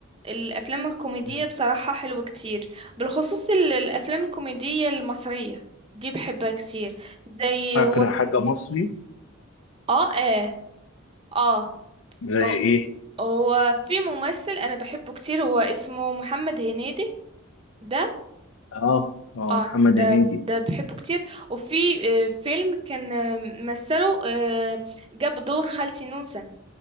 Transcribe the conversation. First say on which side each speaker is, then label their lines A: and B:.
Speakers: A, on the right; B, on the left.
A: الأفلام الكوميدية
B: مم.
A: بصراحة حلوة كتير بالخصوص ال- الأفلام الكوميدية المصرية دي بحبها كتير زي
B: فاكره
A: هو
B: حاجه مصري
A: اه اه اه
B: زي
A: هو
B: ايه
A: هو في ممثل انا بحبه كتير هو اسمه محمد هنيدي ده
B: اه اه
A: اه
B: محمد
A: ده
B: هنيدي
A: ده بحبه كتير وفي آه، فيلم كان آه، مثله آه، جاب دور خالتي نوسة